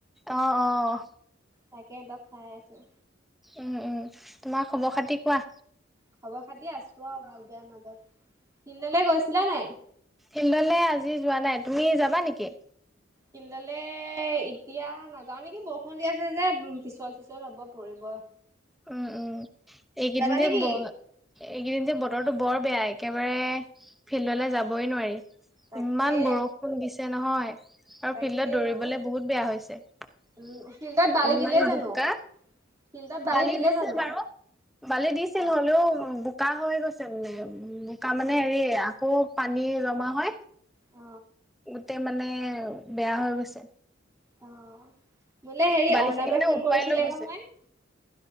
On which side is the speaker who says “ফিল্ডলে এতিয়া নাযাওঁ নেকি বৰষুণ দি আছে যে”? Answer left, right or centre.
Right